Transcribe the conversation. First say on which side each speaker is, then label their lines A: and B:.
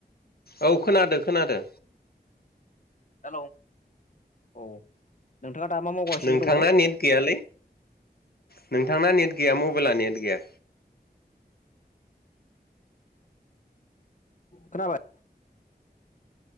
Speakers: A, on the left (about 65°); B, on the left (about 50°).
A: औ खोनादो खोनादो।
B: हेलौ औ नों नोंथाङा दा मा मावगासिनो
A: नोंथांना
B: दङो?
A: नेट गैयालै नोंथांना नेट गैया मबाइला नेट गैया।
B: खोनाबाय